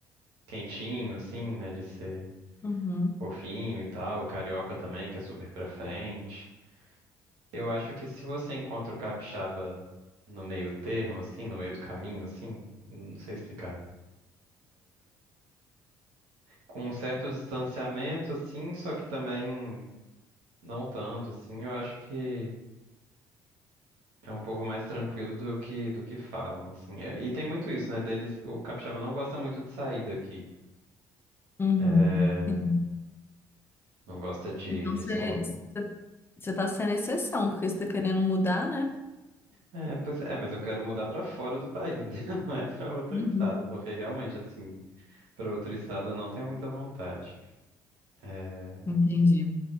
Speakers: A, on the right; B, on the left.
A: quentinho, assim, né? De ser
B: Uhum,
A: fofinho e tal. O carioca também, que é super pra frente. Eu acho que se você encontra o capixaba no meio termo, assim, no meio do caminho, assim, não sei explicar. Com um certo distanciamento, assim, só que também não tanto, assim, eu acho que é um povo mais tranquilo do que do que falam, assim. É, E tem muito isso, né? Deles, o capixaba não gosta muito de sair daqui.
B: uhum.
A: É,
B: Sim.
A: não gosta de,
B: Então,
A: de
B: você
A: se, mu-
B: você- você tá sendo exceção, porque você tá querendo mudar, né?
A: É, pois é, mas eu quero mudar pra fora do país, né? <laughs> Não é pra outro
B: Uhum.
A: estado, porque realmente, assim, pra outro estado eu não tenho muita vontade. É,
B: Entendi.